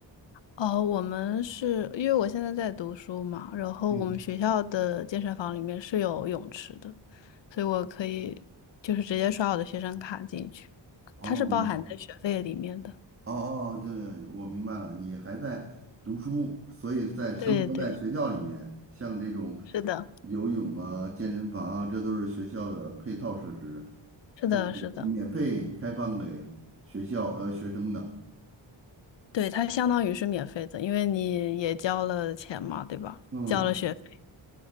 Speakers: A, on the left; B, on the right.
A: 哦，我们是因为我现在在读书嘛，然后我们学校的健身房里面是有泳池的，
B: 嗯，
A: 所以我可以就是直接刷我的学生卡进去，
B: 哦，
A: 它是包含在学费里面的。
B: 哦哦，对，我明白了，你还在读书，所以在生活在学校里面，
A: 对对，
B: 像这种
A: 是的，
B: 游泳啊、健身房啊，这都是学校的配套设施，
A: 是的，
B: 就免费开放给学校呃学生的。
A: 是的，对，它相当于是免费的，因为你也交了钱嘛，对吧？
B: 嗯，
A: 交了学。费。